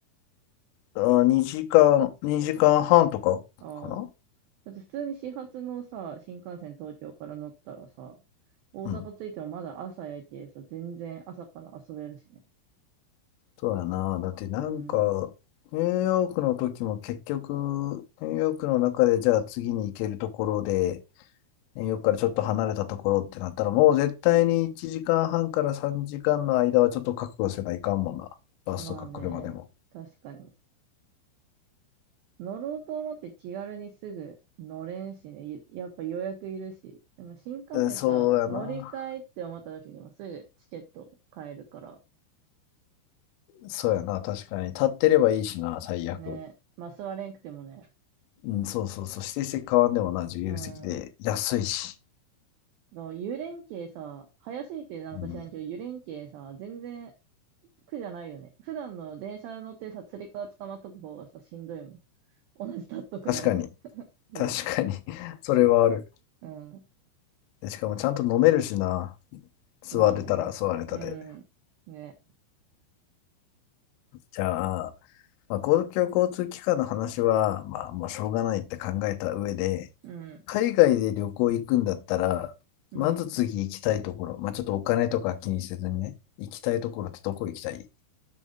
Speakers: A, on the left; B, on the right.
A: あ、2時間、2時間半とかかな
B: ああ。だって普通に始発のさ、新幹線東京から乗ったらさ、大阪着いてもまだ朝やけさ、
A: うん。
B: 全然朝から遊べるしね。
A: そうやな。だってなんか、
B: うん。
A: ニューヨークの時も結局、ニューヨークの中でじゃあ次に行けるところで、ニューヨークからちょっと離れたところってなったら、もう絶対に1時間半から3時間の間はちょっと覚悟せないかんもんな。バスとか車でも。
B: まあね、確かに。乗ろうと思って気軽にすぐ乗れんしね、ゆやっぱ予約いるし、でも新幹線とは乗りたいって思った時にはすぐチケット買えるから、
A: えそうやな。そうやな。確かに。立ってればいいしな、最悪。
B: ね、まあ座れんくてもね、
A: うん、そうそうそう、指定席変わんでもな、自由席で安いし。
B: うん。だから湯連携さ、早すぎてなんか知らんけど、
A: うん、
B: 湯連携さ、全然苦じゃないよね。普段の電車乗ってさ、つり革捕まっとく方がさ、しんどいもん。同じ立っとくなら。
A: 確かに、
B: <laughs> ね。
A: 確かに <laughs> それはある。
B: うん。
A: でしかもちゃんと飲めるしな、座れたら座れたで。
B: まあね。うん。ね。
A: じゃあ、まあ、公共交通機関の話は、まあ、もうしょうがないって考えた上で、
B: うん。
A: 海外で旅行行くんだったら、
B: うん。
A: まず次行きたいところ、まあ、ちょっとお金とか気にせずにね、行きたいところってどこ行きたい